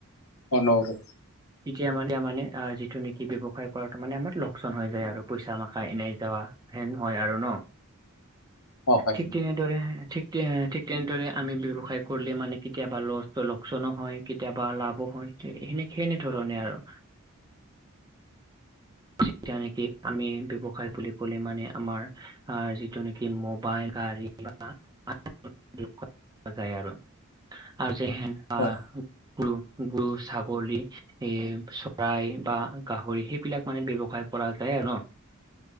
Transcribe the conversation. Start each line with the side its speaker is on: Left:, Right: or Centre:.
Left: অ ন আৰু।
Right: তেতিয়া মানে মানে যিটো কি ব্যৱসায় কৰা তাৰ মানে আমাৰ লোকচান হৈ যায় আৰু পইচা মাখা এনে যাৱা হেন হয় আৰু ন।
Left: <unintelligible> অ হয়
Right: ঠিক তেনে ৰে ঠিক তেনেদৰে ঠিক তেনেদৰে আমি ব্যৱসায় কৰিলে মানে কেতিয়াবা লল লোকচানো হয় কেতিয়াবা লাভো হয় সেনে সেনেধৰণে আৰু। ঠিক তেনেকে আমি ব্যৱসায় বুলি ক'লে মানে আমাৰ আ আৰু যিটো নেকি মোবাইল গাড়ী বা <unintelligible> যাই আৰু আৰু <unintelligible>
Left: অ
Right: গৰু গৰু ছাগলী এ চৰাই বা গাহৰি সেইবিলাক মানে ব্যৱসায় কৰা যায় আৰু ন,